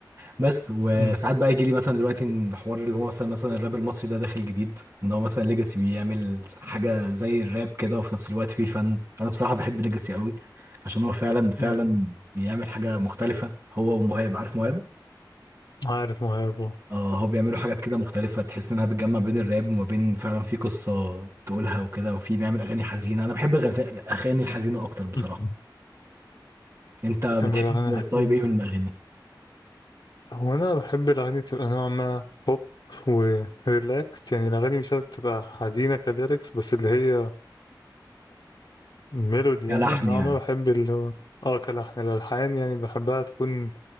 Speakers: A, on the right; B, on the left.
A: بس وساعات
B: امم
A: بقى يجي لي مثلا دلوقتي إن حوار اللي هو مثلا مثلا الراب المصري ده داخل جديد ان هو مثلا ليجاسي بيعمل حاجه زي الراب كده وفي نفس الوقت فيه فن انا بصراحه بحب ليجاسي قوي عشان هو فعلا فعلا
B: أمم.
A: بيعمل حاجه مختلفه هو ومهاب عارف مهاب
B: عارف مهاب آه.
A: اه هو بيعملوا حاجات كده مختلفه تحس انها بتجمع بين الراب وما بين فعلا في قصه تقولها وكده وفي بيعمل اغاني حزينه انا بحب الغز- الاغاني الحزينه اكتر بصراحه
B: أمم.
A: انت
B: بحب
A: بتحب
B: الاغاني الحزينه
A: طيب ايه من الاغاني
B: هو انا بحب الاغاني تبقى نوعا ما بوب وريلاكس يعني الاغاني مش لازم تبقى حزينه كليركس بس اللي هي كميلودي
A: كلحن
B: يعني نوعا
A: يعني
B: ما بحب اللي هو اه كلحن الالحان يعني بحبها تكون